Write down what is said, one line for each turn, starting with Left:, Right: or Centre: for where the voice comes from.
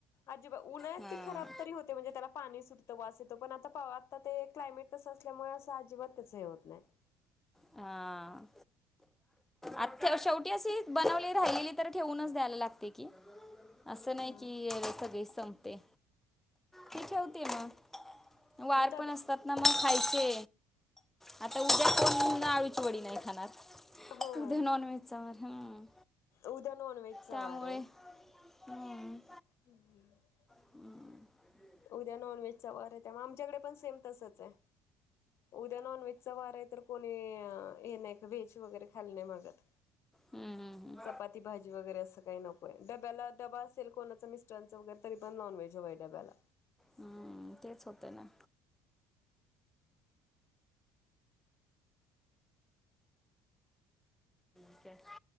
Left: अजीबा उन्हळत
Centre: हा
Left: ती खराब तरी होते. म्हणजे त्याला पाणी सुटतं वास येतो. पण आता पाव आता ते क्लायमेट तसं असल्यामुळे. असं अजिबात त्याच हे होत नाय.
Centre: हा. आता शेवटी अशी, बनवली राहिलेली तर ठेवूनच द्यायला लागते की. असं नाही
Left: हा.
Centre: की, सगळी संपते. ती ठेवते म वार
Left: डब्या
Centre: पण असतात ना म खायचे. आता उद्या कोन आळूची वडी नाही खानार.
Left: हो
Centre: उद्या नॉन व्हेजचा वार. हम्म.
Left: उद्या नॉन वेजचा
Centre: त्यामुळे
Left: वारे.
Centre: हम्म.
Left: हम् <unintelligible>
Centre: हम्म.
Left: उद्या नॉन व्हेजचा वरे. त्या, आमच्याकडे पण सेम तसचे. उद्या नाॉन व्हेज चा वारे तर कोणी हे नाही का? व्हेज वगैरे खायला नाही मागत.
Centre: हम्म हम्म
Left: चपाती, भाजी वगैरे असं. काही नको डब्याला, डबा असेल कोणाचं मिस्टरांचं वगैरे तरी पण नॉनव्हेज हवाय डब्याला.
Centre: हम्म तेच होतं ना. ओके.